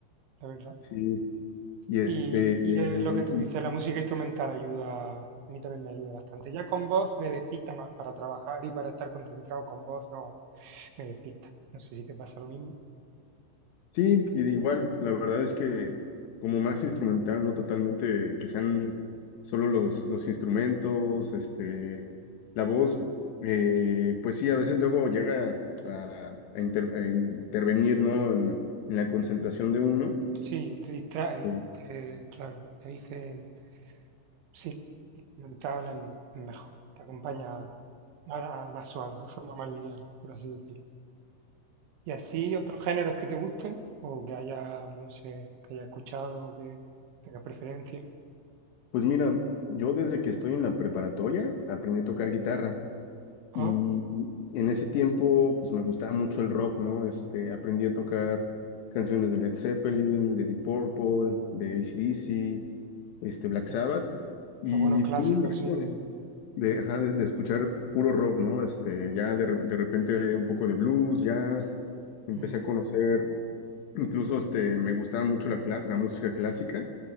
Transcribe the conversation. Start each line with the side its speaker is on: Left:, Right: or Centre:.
Right: la verdad.
Left: sí. Y este,
Right: Y, y es lo que tú
Left: eh,
Right: dices, la música instrumental ayuda, a mí también me ayuda bastante. Ya con voz me despista más para trabajar y para estar concentrado con voz, no. me despista. No sé si te pasa lo mismo.
Left: sí, y de igual, la verdad es que como más instrumental, ¿no? Totalmente, que sean solo los, los instrumentos, este, la voz, eh, pues sí, a veces luego llega a, a inter- a intervenir, ¿no? En, en la concentración de uno.
Right: Sí, te distrae,
Left: este,
Right: te- claro. Te dicen, sí, instrumental en es mejor. Te acompaña más, más suave, de forma más liviana, por así decirlo. Y así, otros géneros que te gusten, o que haya, no sé, que haya escuchado, que tengas preferencia.
Left: Pues mira, yo desde que estoy en la preparatoria aprendí a tocar guitarra
Right: Ah,
Left: y en ese tiempo pues me gustaba mucho el rock, ¿no? Este, aprendí a tocar canciones de Led Zeppelin, de Deep Purple, de AC/DC, este, Black Sabbath
Right: ah,
Left: y
Right: Los buenos clásicos,
Left: tuve un rato
Right: sí.
Left: de, de, ajá, de- de escuchar puro rock, ¿no? Este, ya de, re- de repente un poco de blues, jazz, empecé
Right: Mm,
Left: a conocer Incluso este, me gustaba mucho la, cla- la música clásica.